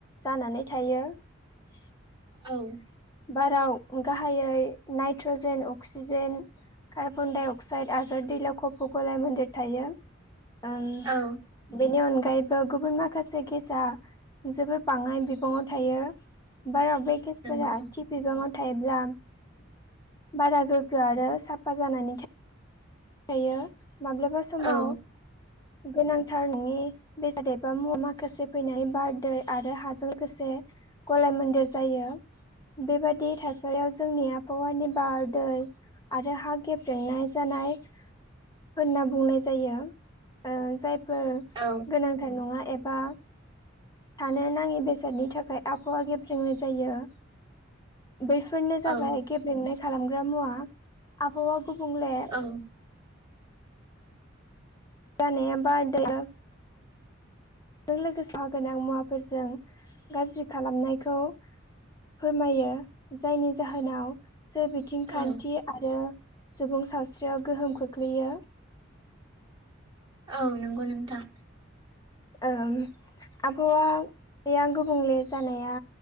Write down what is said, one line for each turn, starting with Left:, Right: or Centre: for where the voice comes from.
Left: जानानै थायो औ
Right: ओं
Left: बाराव गाहायै नाइट्रजेन अक्सिजेन कार्बनडाइ अक्स अक्साइड आरो दैलाव खफ गलायमोनदेर थायो ओम
Right: औ
Left: बेनि अनगायैबो गुबुन माखासे गेसआ जोबोर बाङाय बिबङाव थायो बारा बेगेसफोरा
Right: नंगौ
Left: सिप बिबाङाव थायोब्ला बारा गोग्गो आरो साफा जानानै थायो दायो माब्लाबा समाव
Right: औ
Left: गोनांथार नङि बेसाद एबा मुवा माखासे फैनाय बार दै आरो हाजों लोगोसे गलाय मोन्देर जायो बेबादि थासारियाव जोंनि आबहावानि बार दै आरो हा गेब्रेंनाय जानाय होनना बुंनाय जायो ओ जायफोर
Right: औ
Left: गोनांथार नङा एबा थानो नाङि बेसादनि थाखाय आबहावा गेब्रेंनाय जायो बैफोरनो
Right: औ
Left: जाबाय गेब्रेंनाय खालामग्रा मुवा आबहावा गुबुंले
Right: औ
Left: जानाया बार दै आरो जों लोगोसे खहागोनां मुवाफोरजों गाज्रि खालामनायखौ फोरमायो जायनि जाहोनाव जे बि थिं खान्थि
Right: औ
Left: आरो सुबुं सावस्रियाव गोहोम खोख्लैयो
Right: औ नंगौ नोंथां
Left: ओं आबहावाया गुबुंले जानाया